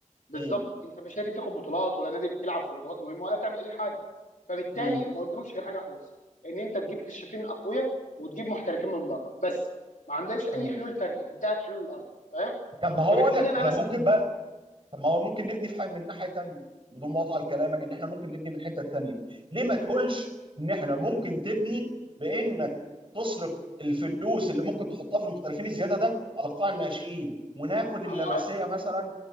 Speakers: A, on the left; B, on the right.
A: بالظبط
B: مم.
A: انت مش نادي بتاخد بطولات ولا نادي بتلعب في بطولات مهمه ولا بتعمل اي حاجه فبالتالي
B: مم.
A: ما قدامكش غير حاجه واحده بس ان انت تجيب كشافين اقوياء وتجيب محترفين من بره بس ما عندكش اي
B: مم.
A: حلول تانية انتهت حلول الارض فاهم
B: طب ما هو
A: فبالتالي
B: اقول لك
A: انا
B: احنا
A: مثلا
B: ممكن بقى طب ما هو ممكن نبني في حاجه من ناحيه تانيه بدون ما اقطع كلامك ان احنا ممكن نبني من حته تانيه ليه ما تقولش ان احنا ممكن تبني بانك تصرف الفلوس اللي ممكن تحطها في المحترفين الزياده ده على قطاع الناشئين وناخد اللمسيه
A: هو
B: مثلا